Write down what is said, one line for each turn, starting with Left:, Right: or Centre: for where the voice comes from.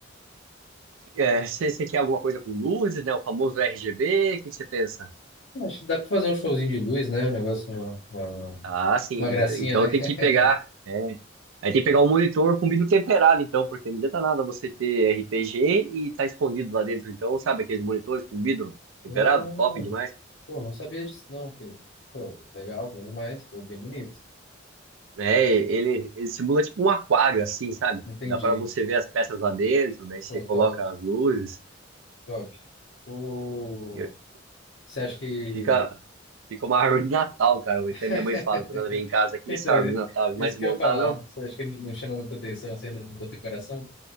Right: É, você quer alguma coisa com luzes, né? O famoso RGB, o que você pensa?
Left: É, Acho que dá pra fazer um showzinho de luz, né? Um negócio, uma, uma,
Right: Ah, sim.
Left: uma gracinha,
Right: Ent- Então
Left: né? <laughs>
Right: tem que pegar. É. Aí tem que pegar o monitor com vidro temperado, então, porque não adianta nada você ter RPG e tá escondido lá dentro. Então, sabe aqueles monitores com vidro temperado?
Left: Ah,
Right: Top demais.
Left: pô, não sabia disso não, filho. Pô, legal, bom demais, pô, bem bonito.
Right: É, ele, ele simula tipo um aquário, assim, sabe?
Left: Entendi.
Right: Dá para você ver as peças lá dentro, daí você
Left: Pô,
Right: coloca
Left: top,
Right: as luzes.
Left: top. Pô,
Right: e
Left: você acha que
Right: fica, fica uma <laughs> árvore de Natal, cara. Até
Left: <laughs>
Right: minha mãe fala quando ela vem em casa aqui,
Left: Então,
Right: essa árvore de Natal,
Left: isso
Right: vai desmontar,
Left: que eu ia falar,
Right: não?
Left: Você acha que não não chama muita atenção, assim, não bota o coração?